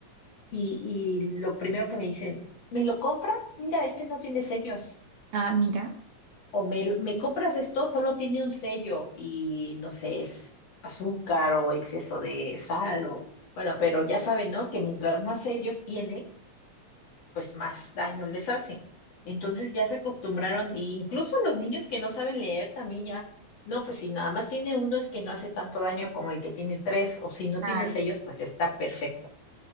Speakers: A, on the left; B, on the right.
A: y, y lo primero que me dicen, ¿me lo compras? Mira, este no tiene sellos.
B: Ah, mira,
A: O me, me compras esto, solo tiene un sello y no sé, es azúcar o exceso de sal o bueno, pero ya saben, ¿no? Que mientras más sellos tiene, pues más daño les hace. Entonces ya se acostumbraron, e incluso los niños que no saben leer también ya, no, pues si nada más tiene uno es que no hace tanto daño como el que tiene tres, o si no
B: claro.
A: tiene sellos, pues está perfecto